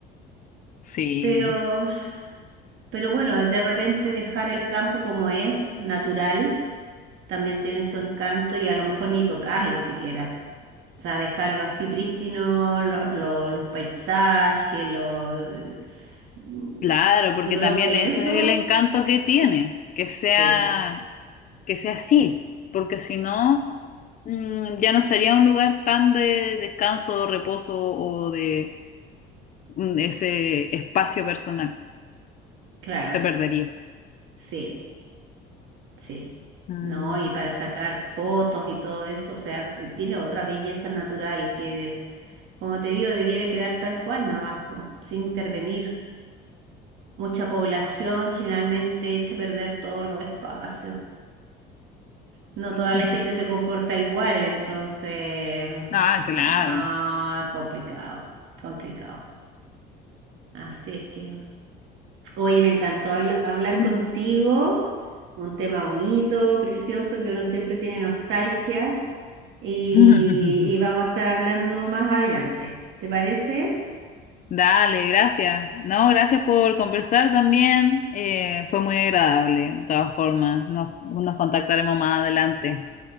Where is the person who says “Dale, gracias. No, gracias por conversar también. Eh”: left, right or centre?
Left